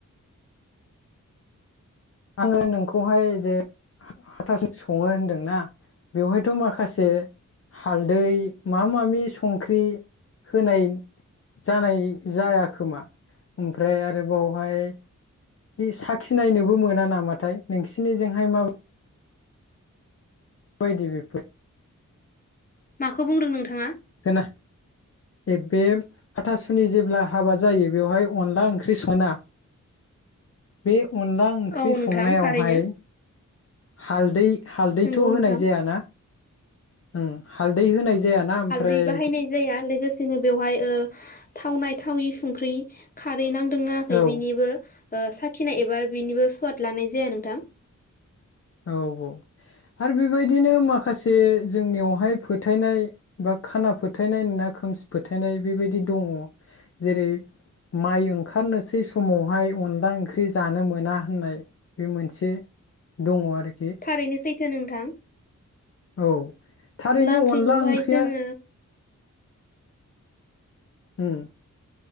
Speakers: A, on the left; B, on the left.
A: आङो नोंखौहाय जे हाथास सङो होनदोंना बेवहायथ' माखासे हालदै मा माबि संख्रि होनाय जानाय जायाखोमा ओमफ्राय आरोबावहाय बे साखिनायनोबो मोना नामाथाय नोंसिनिजोंहाय माबा बायदि बेफोर?
B: माखौ बुंदों नोंथाङा?
A: होना ऐ बे हाथासुनि जेब्ला हाबा जायो बेवहाय अनला ओंख्रि सोना बे अनला ओंख्रि
B: औ नोंथां
A: संनायावहाय
B: थारैनो
A: हालदै हालदैथ'
B: नोंगौ
A: होनाय
B: नोंथां
A: जायाना? ओं हालदै होनाय जायाना? ओमफ्राय
B: दै बाहायनाय जाया लोगोसेनो बेवहाय ओ थावनाय थावि संख्रि खार हालदै नांदों नाङाखै
A: औ
B: बिनिबो ओ साखिनाय एबा बेनिबो सुवाद लानाय जाया नोंथां
A: औ औ आरो बेबायदिनो माखासे जोंनियावहाय फोथायनाय बा खाना फोथायनाय ना खोमसि फोथायनाय बेबादि दङ। जेरै माइ ओंखारनोसै समावहाय अनला ओंख्रि जानो मोना होननाय बे मोनसे दङ आरो
B: थारैनो सैथो थो नोंथां
A: औ थारैनो
B: ओंख्रिखौहाय
A: अनला ओंख्रिया
B: जोङो
A: उम